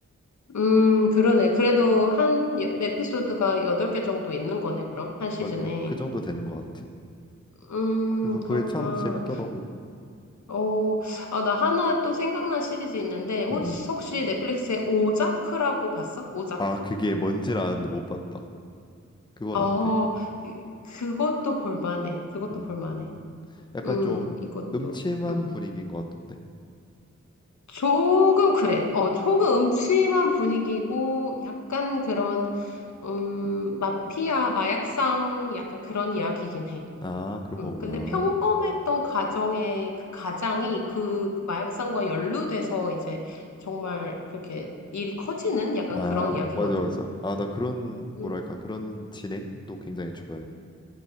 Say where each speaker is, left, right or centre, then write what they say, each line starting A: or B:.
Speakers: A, on the left (about 70°); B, on the left (about 15°).
A: 음, 그러네. 그래도 한 여- 에피소드가 8개 정도 있는 거네, 그럼.
B: <laughs>
A: 한 시즌에.
B: 막 그 정도 되는 것 같아
A: 음,
B: 그래서
A: 그렇구나.
B: 그게 참 재밌더라고
A: 어, 아, 나 하나 또 생각난 시리즈 있는데, 혹시,
B: 응응
A: 혹시 넷플릭스에 오자크라고 봤어? 오자크?
B: 아, 그게 뭔지는 아는데 못 봤다. 그건
A: 어,
B: 어때?
A: 그- 그것도 볼만해. 그것도
B: 음,
A: 볼만해.
B: 약간
A: 음,
B: 좀
A: 이것도,
B: 음침한
A: 음.
B: 분위기인 것 같은데.
A: 조금 그래. 어, 조금 음침한 분위기고, 약간 그런, 음, 마피아, 마약상, 약간 그런 이야기긴 해.
B: 아, 그런
A: 음,
B: 거구나.
A: 근데 평범했던 가정의 그 가장이 그 마약상과 연루돼서 이제 정말 그렇게 일이 커지는 약간
B: 아,
A: 그런 이야기거든.
B: 맞아, 맞아. 아, 나
A: 음,
B: 그런,
A: 음.
B: 뭐랄까, 그런 진행도 굉장히 좋아해.